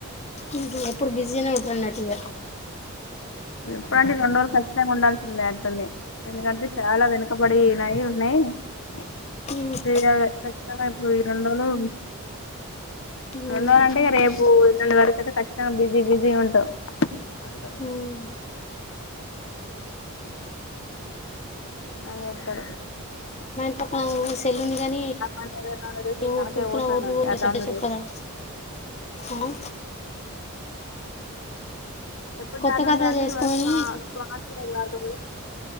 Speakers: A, on the left; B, on the left.
A: ఊహు ఎప్పుడు బిజీనే ఉంటరు అనటు ఇగ
B: ఎప్పుడంటే రెండు రోజులు ఖచ్చితంగా ఉండాల్సిందే అంటుంది ఎందుకంటే చాలా వెనుకబడి నాయి ఉన్నాయి ఆ
A: ఊహు
B: వేరేవే ఖచ్చితంగా ఈ రెండు రోజులు వెళ్దానంటే
A: ఊమ్
B: ఇగ రేప్ ఓ ఎల్లుండి వరకైతే ఖచ్చితంగ బిజి బిజీ ఉంటవ్ అరుడనోలియ
A: ఊమ్
B: అట్నే ఐంది అవే ఎత్తడు
A: ఔను సెలు వుంది కానీ
B: అనేది డౌన్లోడ్ చేసి
A: ఒ
B: తనకే
A: పుడుకున
B: పోతున్నాను
A: ఒకటి బి ఒకటి
B: డౌన్లోడ్
A: చెప్పిన చెప్పదా
B: చేసి
A: ఆ?
B: ఎప్పుడు
A: కొత్త
B: డాడుండ
A: ఖాతా
B: అంటే
A: చేసుకొని
B: నువేమో స్వా స్వాతి <unintelligible>